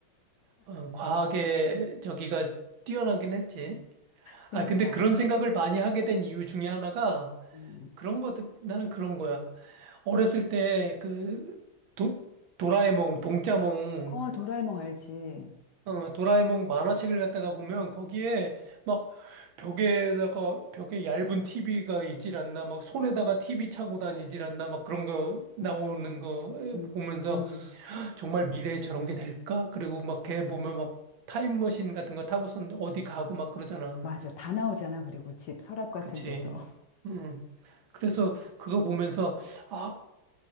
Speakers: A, on the right; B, on the left.
A: 어, 과학의 저기가 뛰어나긴 했지.
B: 그니까.
A: 아, 근데 그런 생각을 많이 하게 된 이유 중에 하나가
B: 음,
A: 그런 것, 나는 그런 거야. 어렸을 때 그 도라에몽, 동자몽
B: 어, 도라에몽 알지.
A: 어, 도라에몽 만화책을 갖다가 보면 거기에 막 벽에다가 벽에 얇은 TV가 있질 않나 막 손에다가 TV 차고 다니질 않나 막 그런 거 나오는
B: 음,
A: 거
B: 음,
A: 보면서
B: 음,
A: 정말 미래에 저런 게 될까? 그리고 막 걔
B: 음,
A: 보면 막 타임머신 같은 거 타고선 어디 가고 막 그러잖아.
B: 맞아. 다 나오잖아. 그리고 집 서랍 같은
A: 그치?
B: 데서. <laughs>
A: 음. 그래서 그거 보면서 아,